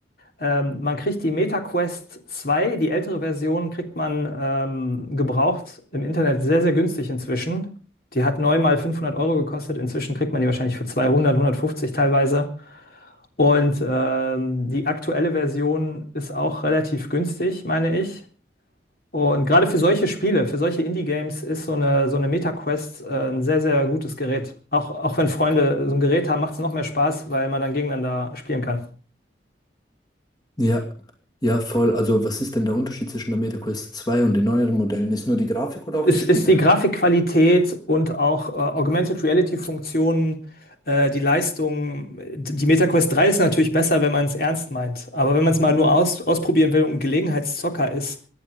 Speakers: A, on the left; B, on the left.
A: Ähm, man kriegt die MetaQuest 2, die ältere Version, kriegt man ähm, gebraucht im Internet sehr, sehr günstig inzwischen. Die hat neu mal 500 Euro gekostet. Inzwischen kriegt man die wahrscheinlich für 200, 150 teilweise. Und ähm, die aktuelle Version ist auch relativ günstig, meine ich. Und gerade für solche Spiele, für solche Indie-Games ist so eine, so eine Meta-Quest äh, ein sehr, sehr gutes Gerät. Auch, auch wenn Freunde so ein Gerät haben, macht es noch mehr Spaß, weil man dann gegeneinander spielen kann.
B: Ja, ja, voll. Also, was ist denn der Unterschied zwischen der MetaQuest zwei und den neueren Modellen? Ist nur die Grafik oder auch
A: Es
B: die Spiele?
A: ist die Grafikqualität und auch äh, Augmented Reality-Funktionen, äh, die Leistung. Die MetaQuest 3 ist natürlich besser, wenn man es ernst meint. Aber wenn man es mal nur aus, ausprobieren will und ein Gelegenheitszocker ist,